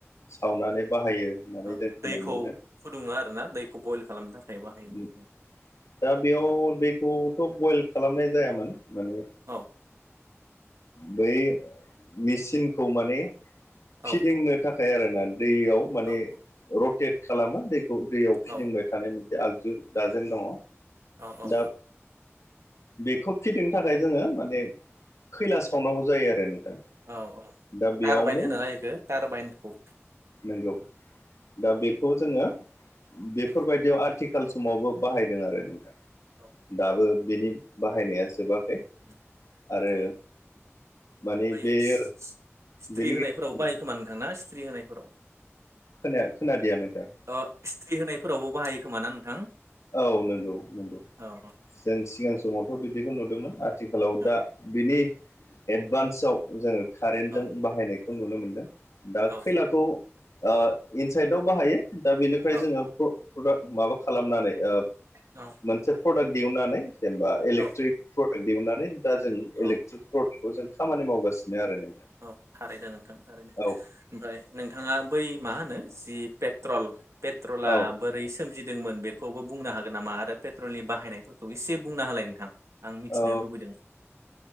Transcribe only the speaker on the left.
सावनानै बाहायो होननानै
जों खोनानो
मोनदों दा बेयाव दैखौथ' बयल खालामनाय जायामोन माने
बै मेचिनखौ माने फिदिंनो
थाख फायआरोना दैयाव माने
रटेट खालामो दैखौ दैयाव फिदिंबाय
थानाय मोनसे आगजु दाजेम दङ
दा बेखौ फिदिंनो थाखाय जोङो माने खैला सावनांगौ जायो आरो नोंथां
दा बेयावनो
नोंगौ दा बेखौ जोङो बेफोरबायदियाव
आथि खाल समावबो बाहायदों आरो नोंथां
दाबो बेनि बाहायनाया जोबाखै
आरो माने
बेयो
बेनि
खोना
खाया खोनादिया नोंथां
औ नोंगौ नोंगौ
जों सिगां समावथ' बिदिखौ नुदोंमोन आथिखाल खालाव
दा बिनि एडभान्सआव जोङो कारेन्टजों
बाहायनायखौ नुनो मोनदों दा
खैलाखौ ओ इनसाइदआव बाहायो दा बेनिफ्राय
जोङो प्रडाक्ट माबा खालामनानै ओ
मोनसे प्रडाक्ट दिहुनानै जेनेबा इलेक्ट्रिक
प्रडाक्ट दिहुननानै दा जों इलेक्ट्रिक
प्रडाक्ट बेखौ जों खामानि मावगासिनो आरो नोंथां
औ
औ
औ